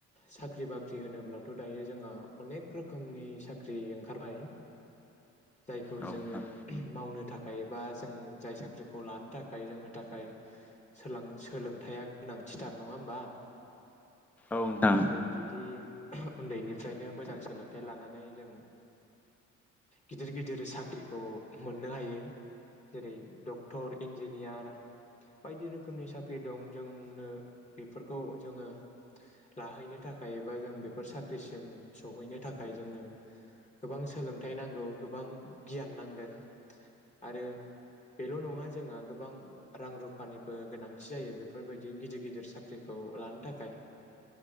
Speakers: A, on the left; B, in the centre.
A: साख्रि बाख्रि होनोब्लाथ' दायो जोङो अनेक रोखोमनि साख्रि ओंखारबाय जायखौ
B: औ नोंथां
A: जोङो मावनो थाखाय बा जों जाय साख्रिखौ लानो थाखाय जोंनो थाखाय सोलां सोलोंथाइआ गोनांथिथार नङा होमबा
B: औ नोंथां
A: जों जुदि उन्दैनिफ्रायनो मोजां सोलोंथाइ लानानै जों गिदिर गिदिर साख्रिखौ मोननो हायो जेरै डक्टर इन्जिनियार बायदि रोखोमनि साख्रि दं जोंनो बेफोरखौ जोङो लाहैनो थाखाय एबा जों बेफोर साख्रिसिम सौहैनो थाखाय जोंनो गोबां सोलोंथाइ नांगौ गोबां गियान नांगोन आरो बेल' नङा जोंहा गोबां रां रुफानिबो गोनांथि जायो बेफोरबायदि गिदिर गिदिर साख्रिखौ लान थाखाय